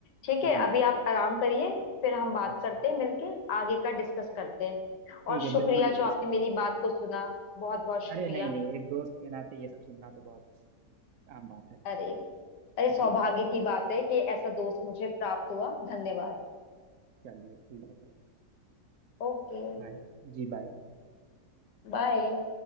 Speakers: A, on the left; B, on the right.
A: ठीक है
B: जी
A: अभी आप आराम करिए फिर हम बात
B: अच्छा
A: करते हैं मिलके आगे का डिस्कस करते हैं
B: ठीक
A: और शुक्रिया
B: है बिल्कुल डिस्कस
A: जो आपने
B: करें
A: मेरी बात को सुना बहुत बहुत शुक्रिया
B: अरे नहीं नहीं एक दोस्त के नाते ये सब सुनना तो बहुत आम बात है
A: अरे अरे सौभाग्य
B: जी
A: की बात है कि ऐसा दोस्त मुझे प्राप्त हुआ धन्यवाद
B: चलिए ठीक है
A: Okay
B: बाय जी बाय
A: bye